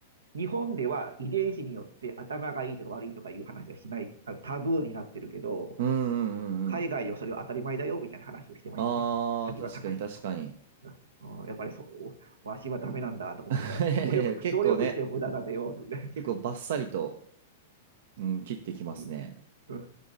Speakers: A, on the right; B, on the right.
A: 日本では遺伝子によって頭がいいとか悪いとかいう話はしない、あの、タブーになってるけど、
B: うんうんうんうん。
A: 海外ではそれは当たり前だよみたいな話をしてましたね。
B: ああ、
A: 立花隆さんは。
B: 確かに確かに。
A: うん、うんやっぱりそう、わしはダメなんだとか思いながら、
B: <laughs> いやいや結構ね、
A: 努力、努力して無駄だよ、みたいな。
B: 結構バッサリと、うん、切ってきますね。
A: うん。っ